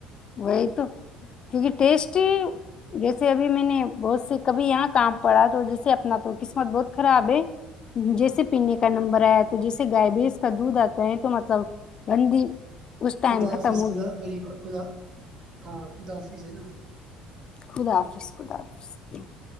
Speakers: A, on the left; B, on the right.
A: وہی تو کیونکہ ٹیسٹ جیسے ابھی میں نے بہت سے کبھی یہاں کام پڑا تو جیسے اپنا تو قسمت بہت خراب ہے جیسے پینے کا نمبر آیا تو جیسے گائے بھیس کا دودھ آتا ہے تو مطلب گندی اس ٹائم
B: خدا حافظ
A: ختم ہوگی
B: خدا میری خدا ہاں خدا حافظ ہے نا
A: خدا حافظ خدا حاظ ج <unintelligible>